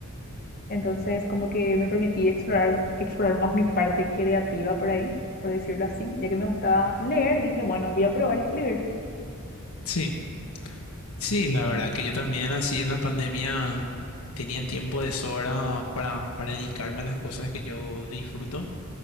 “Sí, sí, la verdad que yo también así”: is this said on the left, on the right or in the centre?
Left